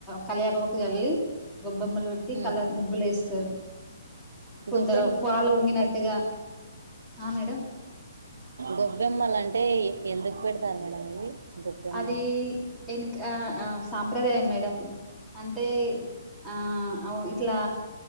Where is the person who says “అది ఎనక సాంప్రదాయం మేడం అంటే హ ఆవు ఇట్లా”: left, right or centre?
Centre